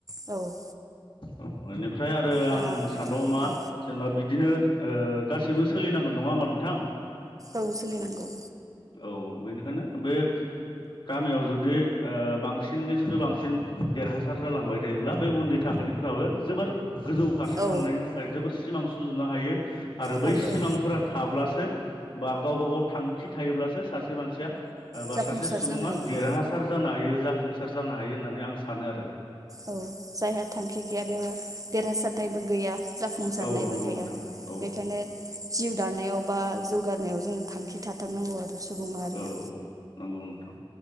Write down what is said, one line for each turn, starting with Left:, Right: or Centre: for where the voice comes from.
Right: औ
Left: औ बेनिफ्राय आरो आं
Right: दा
Left: सानबावो मा
Right: औ
Left: जेनेबा बिदिनो ओ गासैबो सोलिनांगोन नङा होमबा नोंथां
Right: ओ सोलि नांगौ
Left: औ बेनिखायनो बे गामियाव जुदि ओ बांसिन निस्रुइ बांसिन देरहासार जालांबाय थायोब्ला बे उन्दै थाखो निफ्राबो जोबोर गोजौ फारसे
Right: औ
Left: थांनायनि थाखाय जोबोर सिमां सुजुनो हायो आरो
Right: हायो
Left: बै सिमांफोरा
Right: औ
Left: थाब्लासो बा गावबा गाव थांखि थायोब्लासो सासे मानसिया एबा
Right: जाफुंसार
Left: सासे सुबुङा
Right: जानो हायो
Left: देरहासार
Right: औ
Left: जानो हायो जाफुंसार जानो हायो होननानै आं सानो आरो
Right: औ जाय थांखि गैया बेयाव देरहासारनायबो गैया जाफुंसारनायबो
Left: औ नंगौ
Right: गैया
Left: नोंथां औ
Right: बेखायनो जिउ दानायाव बा जौगानायाव जों थांखि थाथारनांगौ आरो सुबुं माहारिया
Left: औ औ नंगौ नोंथां